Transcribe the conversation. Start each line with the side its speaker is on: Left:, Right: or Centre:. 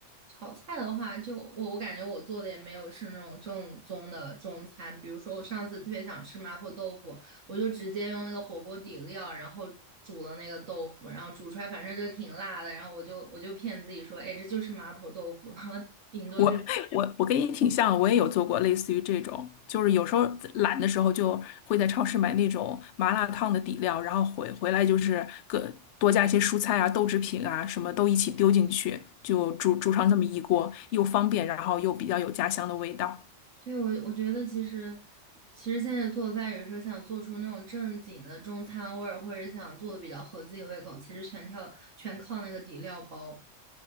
Right: 炒菜的话就，我我感觉我做的也没有是那种正宗的中餐。比如说，我上次特别想吃麻婆豆腐，我就直接用那个火锅底料，然后煮了那个豆腐，然后煮出来反正就挺辣的，然后我就我就骗自己说，哎，这就是麻婆豆腐，<laughs> 哈顶多就。
Left: 我我我跟你挺像，我也有做过类似于这种，就是有时候懒的时候就会在超市买那种麻辣烫的底料，然后回回来就是各多加一些蔬菜啊、豆制品啊，什么都一起丢进去，就煮煮上这么一锅，
Right: 对
Left: 又方便，然后又比较有家乡的味道。
Right: 对，我我觉得其实，其实现在做饭，有时候想做出那种正经的中餐味儿，或者想做的比较合自己胃口，其实全跳全靠那个底料包。